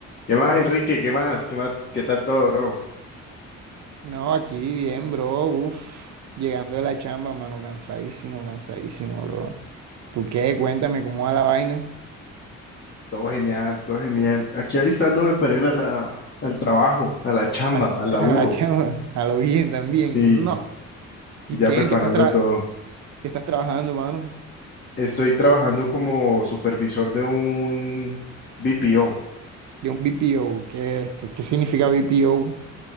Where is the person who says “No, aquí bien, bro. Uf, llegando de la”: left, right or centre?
Right